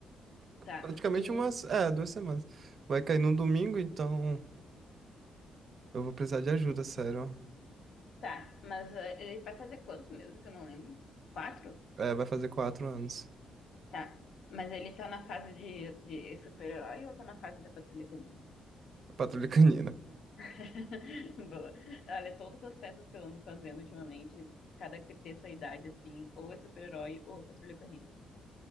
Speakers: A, on the left (about 70°); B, on the right (about 55°).
A: Tá,
B: Praticamente
A: e.
B: umas, é, duas semanas. Vai cair num domingo, então eu vou precisar de ajuda, sério.
A: Tá, mas ah, ele vai fazer quanto mesmo que eu não lembro? Quatro?
B: É, vai fazer quatro anos.
A: Tá, mas ele tá na fase de, de super-herói ou tá na fase da Patrulha Canina?
B: Patrulha <laughs> Canina.
A: <laughs> Boa. Olha, todas as festas que eu ando fazendo ultimamente, cada dessa idade, assim, ou é super-herói ou é Patrulha Canina.